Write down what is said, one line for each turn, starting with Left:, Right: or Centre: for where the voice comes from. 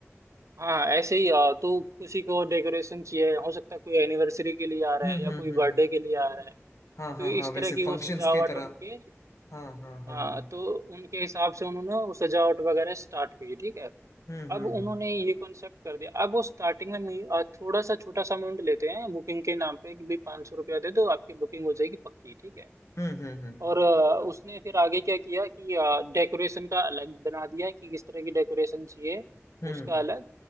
Right: हाँ ऐसे ही आ, तो किसी को डेकोरेशन चाहिए हो सकता है कोई एनिवर्सरी के लिए आ रहा
Left: हम्म
Right: है या
Left: हम्म
Right: कोई
Left: हम्म
Right: बर्थडे
Left: हम्म
Right: के लिए आ रहा है
Left: हाँ हाँ
Right: तो इस
Left: हाँ वैसे
Right: तरह की
Left: फंक्शंस
Right: वो सजावट
Left: की तरह
Right: उनके
Left: हाँ हाँ हाँ
Right: हाँ
Left: हाँ
Right: तो उनके हिसाब से उन्होंने वो सजावट वगैरह स्टार्ट की ठीक है
Left: हम्म
Right: अब
Left: हम्म
Right: उन्होंने
Left: हम्म
Right: ये कॉन्सेप्ट कर दिया अब वो स्टार्टिंग में मी- अ, थोड़ा सा छोटा सा अमाउंट लेते हैं बुकिंग के नाम पे कि भाई पाँच सौ रुपया दे दो आपकी बुकिंग हो जाएगी पक्की ठीक है
Left: हम्म हम्म हम्म
Right: और अ, उसने फिर आगे क्या किया कि डेकोरेशन का अलग बना दिया कि किस तरह की डेकोरेशन चाहिए
Left: हम्म
Right: उसका अलग